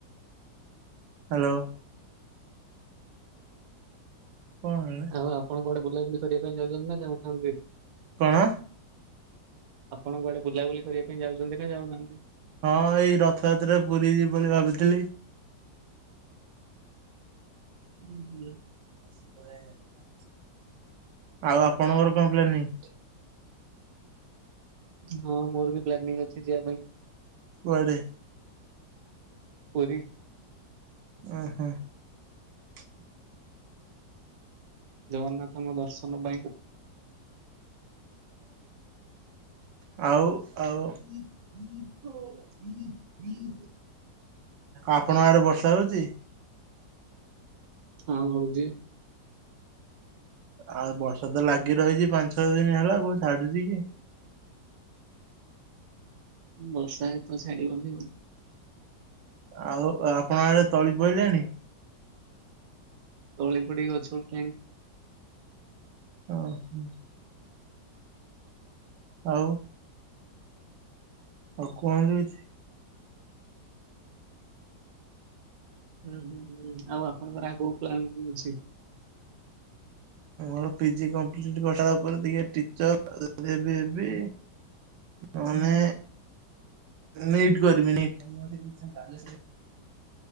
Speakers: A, on the right; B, on the right.
A: ହାଲୋ। କଣ
B: ଆଉ ଆପଣ କୁଆଡେ ବୁଲାବୁଲି କରିବା ପାଇଁ ଯାଉଚନ୍ତି ନା ଯାଉନାହାନ୍ତି?
A: କଣ?
B: ଆପଣ କୁଆଡେ ବୁଲାବୁଲି କରିବା ପାଇଁ ଯାଉଚନ୍ତି ନା ଯାଉନାହାନ୍ତି?
A: ହଁ ଏଇ ରଥଯାତ୍ରାରେ ପୁରୀ ଯିବି ବୋଲି ଭାବିଥିଲି।
B: ହୁଁ ହୁଁ।
A: <inaudible> ଆଉ ଆପଣଙ୍କର କଣ ପ୍ଲାନିଂ?
B: ହଁ ମୋର ବି ପ୍ଲାନିଂ ଅଛି ଯିବା ପାଇଁ।
A: କୁଆଡେ?
B: ପୁରୀ।
A: ଉଁ ହୁଁ। <unintelligible> <unintelligible>
B: ଜଗନ୍ନାଥଙ୍କ ଦର୍ଶନ ପାଇଁ।
A: ହଁ ଆଉ? ଆଉ
B: <unintelligible>
A: ଆପଣଙ୍କ ଆଡେ ବର୍ଷା ହଉଚି?
B: ହଁ ହଉଚି।
A: ଆଉ ବର୍ଷା ତ ଲାଗି ରହିଚି ପାଞ୍ଚ ଛଅ ଦିନ ହେଲା କୋଉ ଛାଡୁଚି କି?
B: ବର୍ଷା ତ ଛାଡିବନି ଆଉ।
A: ଆଉ ଆପଣଙ୍କ ଆଡେ ତଳି ପଇଲାନି?
B: ତଳି ପଡ଼ିକି ଗଛ ଉଠିଲାଣି।
A: ହଁ ହ। ଆଉ? ଆଉ କୁହନ୍ତୁ କିଛି?
B: ହୁଁ ହୁଁ ହୁଁ ଆଉ ଆପଣଙ୍କର ଆଗକୁ ପ୍ଲାନ କଣ ଅଛି?
A: ଆ ପି ଜି କମ୍ପ୍ଲିଟ କରିସାରିଲା ପରେ ଦେଖିଆ ଟିଚର୍ ହେବି ହେବି। ତାମାନେ ନିଟ୍ କରିବି। ନିଟ।